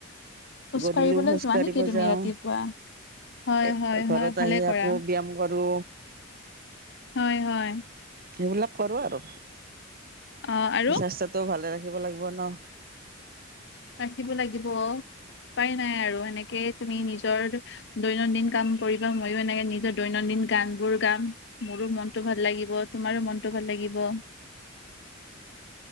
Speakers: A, on the left (about 60°); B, on the right (about 45°).
A: খোজ
B: গধূলিও
A: কাঢ়িবলৈ
B: খোজ
A: যোৱা
B: কঢ়িব
A: নেকি তুমি
B: যাওঁ।
A: ৰাতিপুৱা হয়
B: এ
A: হয়
B: ঘৰত
A: হয় ভালে
B: আহি
A: কৰা
B: আকৌ ব্যায়াম কৰো।
A: হয় হয়।
B: সেইবিলাক কৰো আৰু,
A: অ আৰু
B: স্বাস্থ্যটোও ভালে ৰাখিব লাগিব ন?
A: ৰাখিব লাগিব, উপাই নাই আৰু এনেকে তুমি নিজৰ দৈনন্দিন কাম কৰিবা, মইয়ো এনেকে নিজৰ দৈনন্দিন গান বোৰ গাম, মোৰো মনতটো ভাল লাগিব তোমাৰো মনতটো ভাল লাগিব।